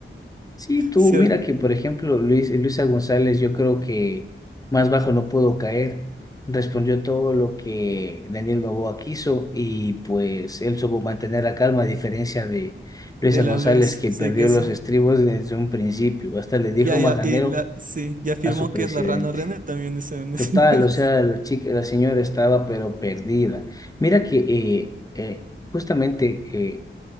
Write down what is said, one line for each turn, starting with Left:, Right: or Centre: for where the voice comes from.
Left: Sí, tú,
Right: ¿cierto?
Left: mira que por ejemplo, Luis, Luisa González, yo creo que más bajo no puedo caer. Respondió todo lo que Daniel Noboa quiso y pues él supo mantener la calma, a diferencia de Luisa
Right: De la
Left: González
Right: Luis,
Left: que
Right: sí
Left: perdió
Right: que
Left: los
Right: sé.
Left: estribos desde un principio. Hasta le dijo
Right: Ya,
Left: majanero
Right: ya, y la, sí, y afirmó
Left: a su presidente.
Right: que es la rana René también ese, en
Left: Total,
Right: ese- <laughs>
Left: o sea, la chica, la señora estaba pero perdida. Mira que eh, eh, justamente eh,